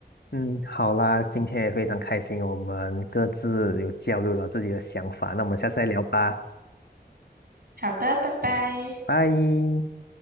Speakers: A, on the left; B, on the right.
A: 嗯，好啦，今天也非常开心，我们各自有交流了自己的想法，那我们下次再聊吧，
B: 好的，拜拜。
A: 拜。